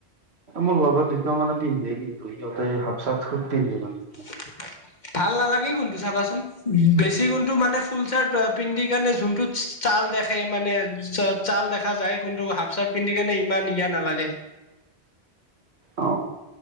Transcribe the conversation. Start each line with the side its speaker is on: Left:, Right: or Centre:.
Right: মোৰ লগৰ দুটা মানে পিন্ধে কিন্তু সিহঁতে হফ চাৰ্ট খুব পিন্ধে মানে।
Left: <unintelligible> ভাল নালাগে কিন্তু চাবাচোন, বেছি যোনটো মানে ফুল চাৰ্ট পিন্ধি কেণে যোনটো চাল দেখে মানে চ চাল দেখা যায় কিন্তু হাফ চাৰ্ট পিন্ধি কেনে ইমান ইয়া নালাগে।
Right: অ